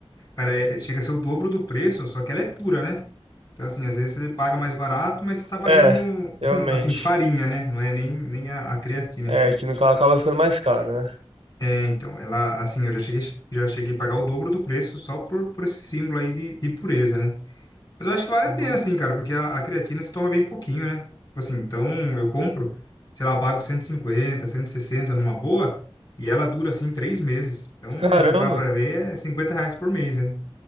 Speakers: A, on the left; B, on the right.
A: cara, é- chega a ser o dobro do preço, só que ela é pura, né? Então assim, às vezes você paga mais barato, mas você tá pagando
B: É, realmente.
A: <laughs> assim farinha, né? Não é nem nem a, a creatina
B: É,
A: em si.
B: que no caso acaba ficando mais caro, né?
A: É, então, ela, assim, eu já cheguei, já cheguei a pagar o dobro do preço só por, por esse símbolo aí de, de pureza, né? Mas eu acho que vale a
B: Uhum.
A: pena, assim, cara, porque a, a creatina se toma bem pouquinho, né? Tipo assim, então eu compro, sei lá, pago 150, 160 numa boa, e ela dura, assim, três meses. Então,
B: Caramba.
A: né, você para pra ver, é 50 reais por mês, né?